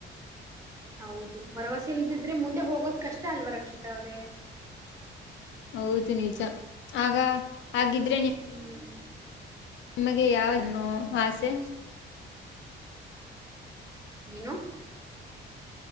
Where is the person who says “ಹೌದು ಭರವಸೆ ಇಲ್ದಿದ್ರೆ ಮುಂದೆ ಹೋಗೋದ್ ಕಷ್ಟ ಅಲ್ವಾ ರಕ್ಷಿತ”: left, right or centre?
Right